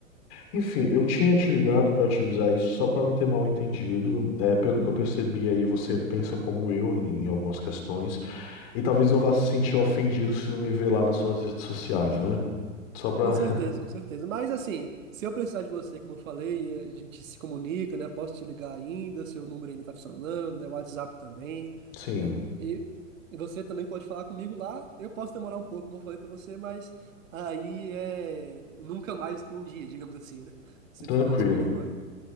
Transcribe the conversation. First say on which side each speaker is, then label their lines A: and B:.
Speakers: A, on the left; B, on the right.
A: Enfim, eu tinha te ligado para te avisar isso só para não ter mal entendido. É, pelo que eu percebi aí, você pensa como eu em, em algumas questões e talvez não vá se sentir ofendido se não me ver lá nas suas redes sociais, né? Só para,
B: Com certeza, com certeza. Mas assim, se eu precisar de você, como eu falei, a gente se comunica, né, posso te ligar ainda, seu número ainda tá funcionando, né, O WhatsApp também,
A: <laughs> sim,
B: né, e e você também pode falar comigo lá, eu posso demorar um pouco, como eu falei para você, mas aí é nunca mais que um dia, digamos assim, né, sempre
A: tranquilo.
B: estou disponível ali,